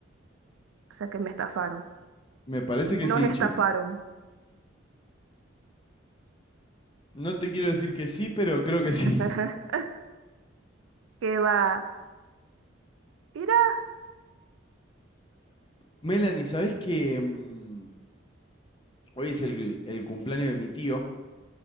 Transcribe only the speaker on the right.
O sea, que me estafaron.
Nos
estafaron.
<laughs> ¿Qué va? ¿Irá?